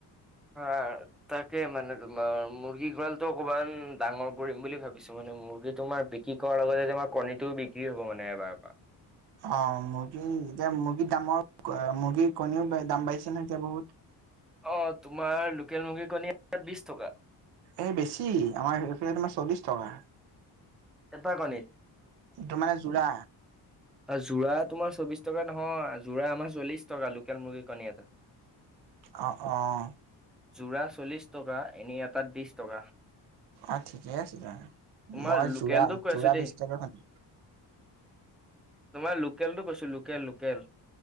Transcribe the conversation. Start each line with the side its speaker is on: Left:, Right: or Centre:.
Centre: <inaudible> তাকে মানে তোমাৰ, মুৰ্গী গড়ালটো অকমান ডাঙৰ কৰিম বুলি ভাবিছো মানে মুৰ্গী তোমাৰ বি বিক্ৰী কৰাৰ লগতে তোমাৰ কণীটোও বিক্ৰী হ'ব মানে এবাৰ পৰা।
Right: অ' মুৰ্গী এতিয়া মুৰ্গীৰ দামৰ <inaudible> মুৰ্গীৰ কণীও দাম বাঢ়িছে নহয়, এতিয়া বহুত।
Centre: অ' তোমাৰ লোকেল মুৰ্গী কণী এটা বিশ টকা।
Right: এই বেছি আমাৰ সেইফালে তোমাৰ চল্লিশ টকা।
Centre: এটা কণীত।
Right: তোমাৰ যোৰা।
Centre: যোৰা তোমাৰ চৌবিশ টকা নহয়, যোৰা আমাৰ চল্লিশ টকা লোকেল মুৰ্গীৰ কণী এটাত।
Right: অ', অহ'।
Centre: যোৰা চল্লিছ টকা, এনে এটাত বিশছ টকা।
Right: অ' ঠিকেই আছে দিয়া,
Centre: তোমাৰ
Right: মই
Centre: লোকেলটো
Right: যোৰা
Centre: কৈ
Right: যোৰা
Centre: আছো দেই
Right: বিছ টকা সুনি
Centre: তোমাৰ লোকেলটো কৈছো লোকেল, লোকেল।